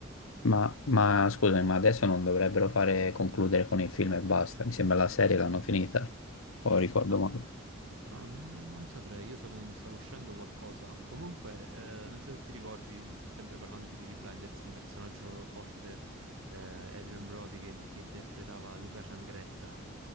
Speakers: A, on the left; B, on the right.
A: Ma, ma scusami, ma adesso non dovrebbero fare concludere con il film e basta. Mi sembra la serie l'hanno finita, o ricordo
B: Ah,
A: male.
B: ah, non non saprei, io so che non stava uscendo qualcosa. Comunque, eh, non so se ti ricordi, sempre parlando di Peaky Blinders, un personaggio forte, eh, Adrian Brody, che, che interpretava Luca Ciangretta.